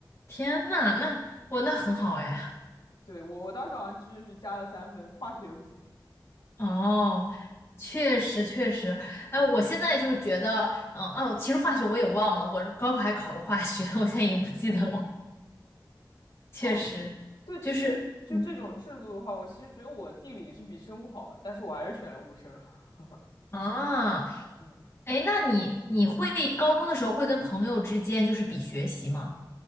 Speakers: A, on the left (about 35°); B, on the left (about 80°).
A: 天呐，那我那很好哎。
B: 对，我我当时好像就是加了三分，化学不行。
A: 哦，确实确实，哎，我现在就是觉得，嗯哦，其实化学我也忘了，我高考还考了化学，<laughs> 我现在已经不记得了。确实，
B: 哦，对，其实就这种制度的话，
A: 就是嗯
B: 我其实觉得我地理是比生物好的，但是我还是选了物生。<laughs>
A: 啊，
B: 嗯，
A: 哎，那你你会高中的时候会跟朋友之间就是比学习吗？